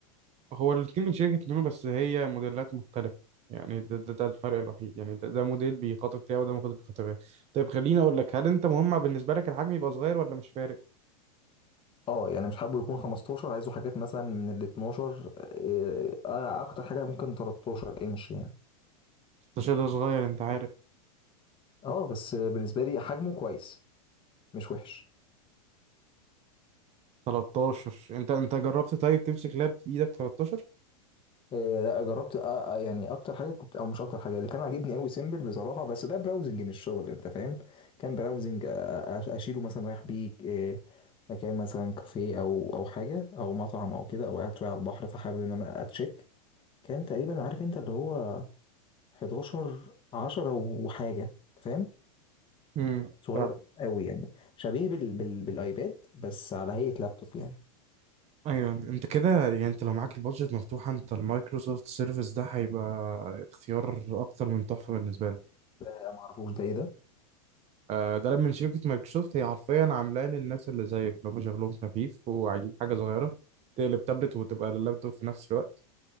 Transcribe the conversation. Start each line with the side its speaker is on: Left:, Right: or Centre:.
Right: هو الاتنين من شركة لينوفو بس هي موديلات مختلفة يعني ده, ده, ده الفرق الوحيد يعني ده, ده موديل بيخاطب فيها وده موديل بيخاطب فيها طيب خليني أقول لك هل أنت مهم بالنسبة لك الحجم يبقى صغير ولا مش فارق؟
Left: اه يعني مش حابه يكون 15 عايزه حاجات مثلا من ال 12 آه، آه، اكتر حاجه ممكن 13 انش يعني
Right: 16 ده صغير أنت عارف
Left: اه بس بالنسبه لي حجمه كويس مش وحش
Right: 13 أنت أنت جربت طيب تمسك لاب في إيدك 13؟
Left: آه، لا جربت آه، آه، يعني اكتر حاجه كنت او مش اكتر حاجه اللي كان عاجبني قوي سيمبل بصراحه بس ده براوزنج مش شغل انت فاهم كان براوزنج آه، آه، أش- اشيله مثلا رايح بيه آه، مكان مثلا كافيه او او حاجه او مطعم او كده او قاعد شويه على البحر فحابب ان انا اتشيك كان تقريبا عارف انت اللي هو 11 10 وحاجه أنت فاهم
Right: امم
Left: صغير
Right: ف-
Left: قوي يعني شبيه بال... بال... بالايباد بس على هيئه لابتوب يعني
Right: ايوه انت كده يعني انت لو معاك البادجت مفتوحه انت المايكروسوفت سيرفيس ده هيبقى اختيار اكتر من تحفه بالنسبه لك
Left: ده ما اعرفوش ده ايه ده
Right: آه، ده من شركة مايكروسوفت هي حرفيا عاملاه للناس اللي زيك اللي هم شغلهم خفيف وعايزين حاجة صغيرة تقلب تابلت وتبقى لللابتوب في نفس الوقت